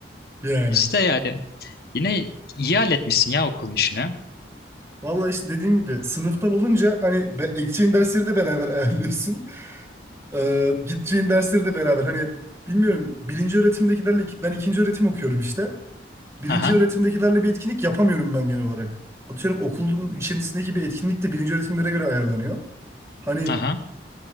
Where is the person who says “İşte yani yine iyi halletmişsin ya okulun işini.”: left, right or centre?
Left